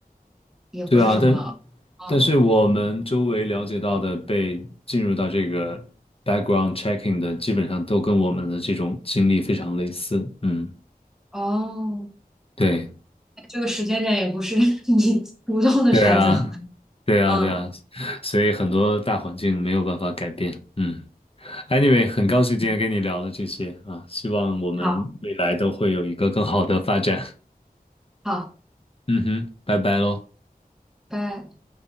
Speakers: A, in the centre; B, on the left.
A: 也不是什么，
B: 对啊，但
A: 嗯，
B: 但是我们周围了解到的被进入到这个 background checking 的，基本上都跟我们的这种经历非常类似，嗯，
A: 哦，
B: 对，
A: 这个时间点也不是 <laughs> 你主动的选择，
B: 对啊。对啊，
A: 嗯，
B: 对啊，所以很多大环境没有办法改变。嗯，anyway，很高兴今天跟你聊了这些啊，希望我们未来都会有一个更好的发展。
A: 好，好，
B: 嗯哼，拜拜喽。
A: 拜。